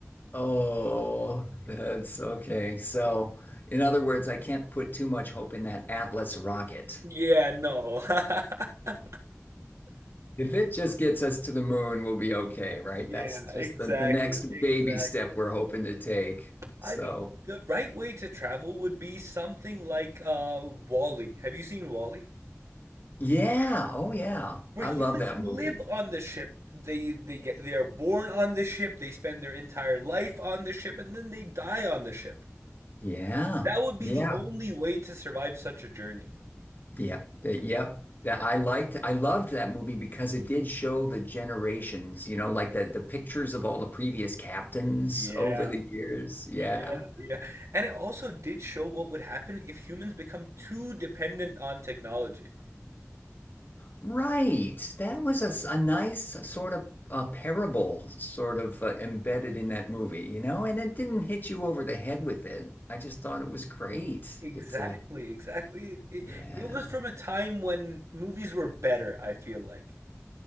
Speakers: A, on the left; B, on the right.
A: Oh, that's okay. So, in other words, I can't put too much hope in that Atlas rocket.
B: Yeah, no. <laughs>
A: If it just gets us to the moon, we'll be okay, right?
B: Yeah,
A: That's just
B: exactly,
A: the, the next
B: exactly.
A: baby step we're hoping to take. So,
B: I mean, the right way to travel would be something like uh Wall-E. Have you seen Wall-E?
A: yeah. Oh, yeah.
B: Where
A: I
B: humans
A: love that
B: live
A: movie.
B: on the ship. They they get they are born on the ship, they spend their entire life on the ship, and then they die on the ship.
A: Yeah.
B: That would
A: Yeah.
B: be the only way to survive such a journey.
A: Yeah, the, yep. That I liked, I loved that movie because it did show the generations, you know, like the the pictures of all the previous captains
B: Yeah,
A: over the years. Yeah.
B: yeah, yeah. And it also did show what would happen if humans become too dependent on technology.
A: Right. That was a, s- a nice sort of a parable sort of uh, embedded in that movie, you know, and it didn't hit you over the head with it. I just thought it was great.
B: Exactly,
A: It's uh
B: exactly. It,
A: yeah.
B: it was from a time when movies were better, I feel like.